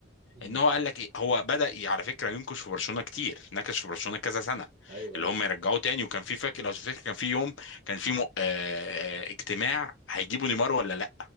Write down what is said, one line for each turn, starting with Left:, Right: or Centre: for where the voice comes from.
Right: مم.
Left: ان هو قال لك ايه هو بدأ ي- على فكره ينكش في برشلونه كتير نكش في برشلونه كذا سنه
Right: ايوه
Left: اللي
Right: ايوه
Left: هم
Right: في
Left: يرجعوه
Right: ال-
Left: تاني وكان في فاكر لو تفتكر كان في يوم كان في م... آه... آه، اجتماع هيجيبوا نيمار ولا لا